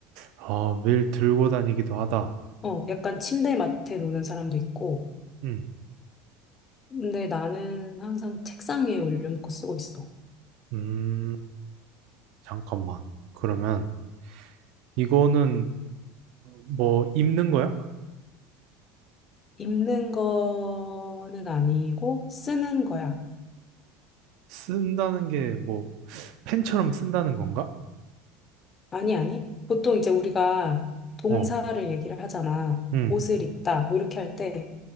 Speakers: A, on the right; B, on the left.
A: 아, 매일 들고 다니기도 하다.
B: 어, 약간 침대 맡에 놓는 사람도 있고,
A: 음,
B: 근데 나는 항상 책상 위에 올려놓고 쓰고 있어.
A: 음, 잠깐만. 그러면 이거는 뭐 입는 거야?
B: 입는 거는 아니고 쓰는 거야.
A: 쓴다는 게 뭐 펜처럼 쓴다는 건가?
B: 아니, 아니. 보통 이제 우리가 동사를
A: 어,
B: 얘기를 하잖아.
A: 음,
B: 옷을 입다, 뭐 이렇게 할 때